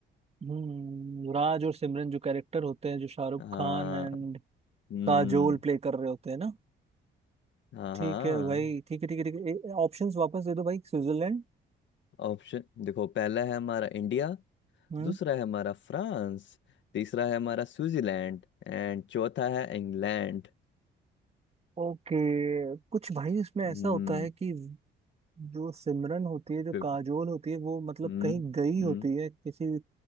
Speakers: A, on the right (about 30°); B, on the left (about 70°).
A: हम्म राज और सिमरन जो कैरेक्टर होते हैं जो शाहरुख
B: हाँ
A: खान एंड
B: हम्म
A: काजोल प्ले कर रहे होते हैं ना
B: हाँ
A: ठीक
B: हाँ
A: है भाई ठीक है ठीक है ठीक है ऑप्शंस वापस दे दो भाई स्विट्जरलैंड
B: ऑप्शन देखो पहला है हमारा इंडिया
A: हम्म
B: दूसरा है हमारा फ्रांस तीसरा है हमारा स्विट्जरलैंड एंड चौथा है इंग्लैंड
A: ओके कुछ भाई इसमें
B: हम्म
A: ऐसा होता है कि जो सिमरन होती है जो
B: फिर-
A: काजोल होती है वो मतलब
B: हम्म
A: कहीं गई
B: हम्म
A: होती है किसी